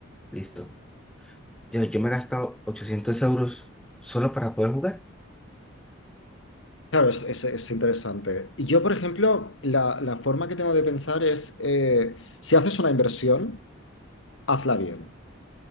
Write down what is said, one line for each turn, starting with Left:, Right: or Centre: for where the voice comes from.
Centre: listo. Yo, yo me he gastado 800 euros solo para poder jugar.
Left: claro, es, es- es interesante. Y Yo, por ejemplo, la, la forma que tengo de pensar es, eh, si haces una inversión, hazla bien.